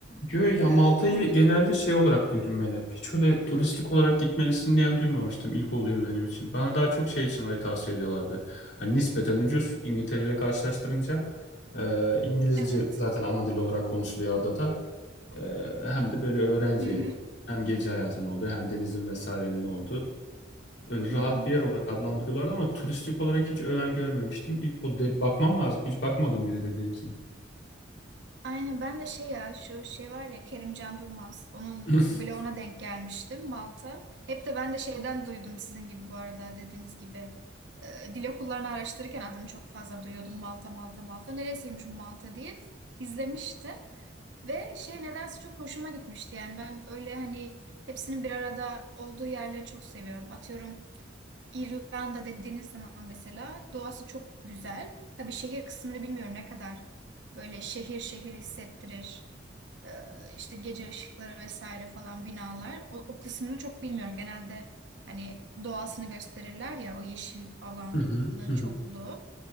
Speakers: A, on the left; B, on the right.
A: Yo, ya
B: Ee,
A: Malta'yı
B: hani
A: genelde şey olarak duydum ben hep. Hiç öyle turistik olarak gitmelisin diyen duymamıştım. İlk oluyor benim için. Bana daha çok şey için orayı tavsiye ediyorlardı. Hani nispeten ucuz İngiltere ile karşılaştırınca. e, İngilizce
B: evet.
A: zaten ana dil olarak konuşuluyor adada. E, hem de böyle öğrenci
B: Hı hı.
A: yeri. Hem gece hayatının olduğu hem denizin vesairenin olduğu. Öyle rahat
B: Hı hı.
A: bir yer olarak adlandırıyorlardı ama turistik olarak hiç öven görmemiştim. İlk oldu. Bakmam lazım. Hiç bakmadım bile dediğiniz gibi.
B: Aynen ben de şey ya şu şey var ya Kerimcan Durmaz onun
A: <laughs>
B: vloguna denk gelmiştim Malta. Hep de ben de şeyden duydum sizin gibi bu arada dediğiniz gibi. Ee, dil okullarını araştırırken adını çok fazla duyuyordum Malta Malta Malta. Neresiymiş bu Malta diye izlemiştim. Ve şey nedense çok hoşuma gitmişti yani ben öyle hani hepsinin bir arada olduğu yerleri çok seviyorum. Atıyorum İrlanda dediğiniz zaman mesela doğası çok güzel. Tabii şehir kısmını bilmiyorum ne kadar böyle şehir şehir hissettirir. Ee, işte gece ışıkları vesaire falan binalar. O, o kısmını çok bilmiyorum. Genelde hani doğasını gösterirler ya o yeşil alanın
A: Hı hı, hı hı.
B: çokluğu.